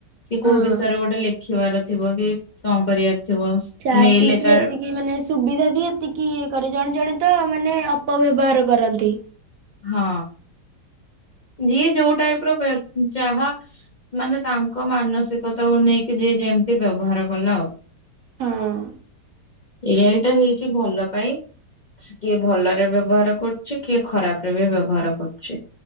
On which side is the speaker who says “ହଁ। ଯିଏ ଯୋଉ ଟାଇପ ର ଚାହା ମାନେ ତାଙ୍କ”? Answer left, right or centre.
Left